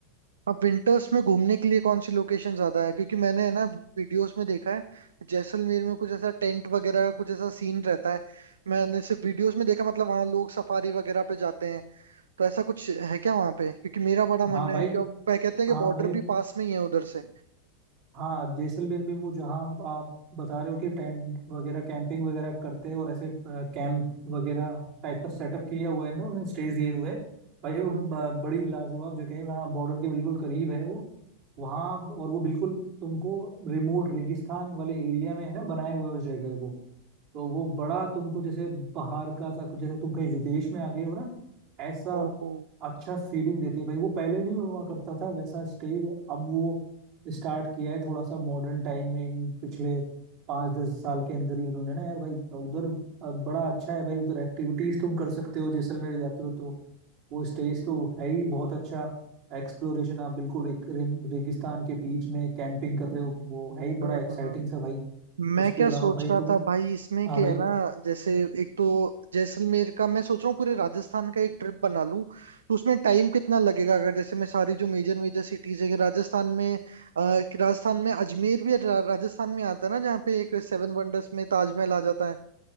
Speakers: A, on the right; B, on the right.
A: अब विंटर्स में घूमने के लिए कौन सी लोकेशन ज्यादा है क्योंकि मैंने है ना वीडियोस में देखा है जैसलमेर में कुछ ऐसा टेंट वगैरह का कुछ ऐसा सीन रहता है मैंने सिर्फ वीडियोस में देखा मतलब वहाँ लोग सफारी वगैरह पे जाते हैं तो ऐसा कुछ है क्या वहाँ पे क्योंकि मेरा बड़ा
B: हाँ
A: मन है
B: भाई
A: कि अब कहते हैं
B: हाँ
A: कि बॉर्डर
B: भाई
A: भी पास में ही है उधर से
B: हाँ जैसलमेर में वो जहाँ आप बता रहे हो कि टेंट वगैरह कैंपिंग वगैरह करते हैं और ऐसे कैंप वगैरह टाइप का सेटअप किया हुआ है ना उन्होंने स्टेज दिए हुए हैं। भाई
A: हम्म,
B: वो ब- बड़ी लाजवाब जगह है वहाँ बॉर्डर के बिल्कुल करीब है वो वहाँ और वो बिल्कुल तुमको रिमोट रेगिस्तान वाले एरिया में है ना बनाया हुआ है उस जगह को तो वो बड़ा तुमको जैसे बाहर का सा जैसे तुम कहीं विदेश में आ गए हो ना ऐसा
A: ओहो
B: अच्छा फीलिंग देती है भाई वो पहले नहीं हुआ करता था वैसा स्टेज अब वो स्टार्ट किया है थोड़ा सा मॉडर्न टाइम में इन पिछले पाँच दस साल के अंदर ही उन्होंने ना यार भाई उधर अब बड़ा अच्छा है भाई उधर एक्टिविटीज तुम कर सकते हो जैसलमेर जाते हो तो वो स्टेज तो है ही बहुत अच्छा एक्सप्लोरेशन आप बिल्कुल एक रेम- रेगिस्तान के बीच में कैंपिंग कर रहे हो वो है ही
A: हम्म
B: बड़ा एक्साइटिंग
A: हम्म,
B: सा भाई
A: हम्म। मैं
B: उसके
A: क्या
B: अलावा
A: सोच
B: भाई
A: रहा
B: तुम
A: था भाई इसमें
B: हाँ
A: कि
B: भाई
A: है ना जैसे एक तो जैसलमेर का मैं सोच रहा हूँ पूरे राजस्थान का एक ट्रिप बना लूं तो उसमें टाइम कितना लगेगा अगर जैसे मैं सारी जो मेजर मेजर सिटीज है कि राजस्थान में अ, कि राजस्थान में अजमेर भी रा, राजस्थान में आता है ना जहाँ पे एक सेवन वंडर्स में ताजमहल आ जाता है